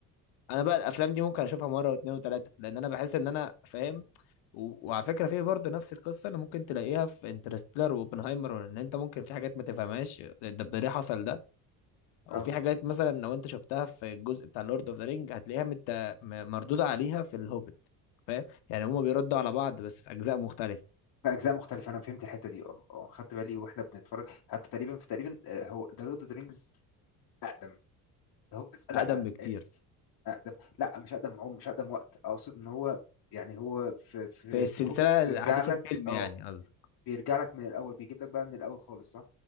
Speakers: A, on the left; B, on the left.
A: انا بقى الافلام دي ممكن اشوفها مرة واتنين وتلاتة لان انا بحس ان انا فاهم و... وعلى فكرة في برضه نفس القصة اللي ممكن تلاقيها في انترستيلر واوبنهايمر ان انت ممكن في حاجات ما تفهمهاش ده ده ليه حصل ده وفي
B: اه
A: حاجات مثلا لو انت شفتها في الجزء بتاع لورد اوف ذا رينج هتلاقيها مت... م- مردودة عليها في الهوبيت فاهم يعني هما بيردوا على بعض بس في اجزاء مختلفة
B: بأجزاء مختلفة أنا فهمت الحتة دي اه اه خدت بالي واحنا بنتفرج حتى تقريبا في تقريبا آه، هو ذا لورد اوف ذا رينجز أقدم ده هو بس لا
A: اقدم بكتير
B: آسف أقدم لا مش أقدم عمر مش أقدم وقت أقصد إن هو يعني هو في في
A: في السلسلة
B: في هوبت بيرجع
A: احداث
B: لك
A: الفيلم
B: اه
A: يعني قصدي
B: بيرجع لك من الأول بيجيب لك بقى من الأول خالص صح